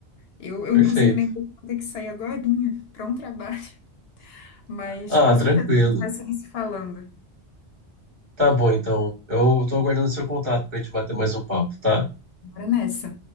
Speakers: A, on the left; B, on the right.
A: Eu, eu
B: Perfeito.
A: inclusive, lembro que vou ter que sair agorinha para um trabalho, <laughs> mas
B: Ah,
A: com certeza
B: tranquilo.
A: a gente vai seguir se falando.
B: Tá bom, então. Eu tô aguardando seu contato pra gente bater mais um papo, tá?
A: Bora nessa.